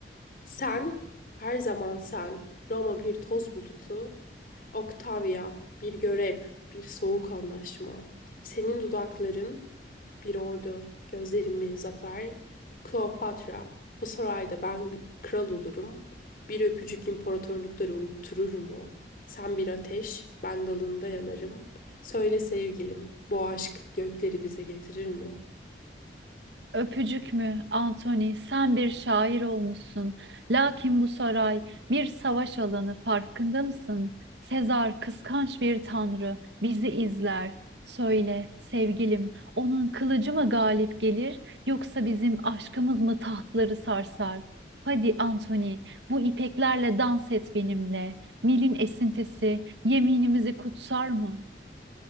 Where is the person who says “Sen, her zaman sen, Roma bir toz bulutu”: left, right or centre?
Left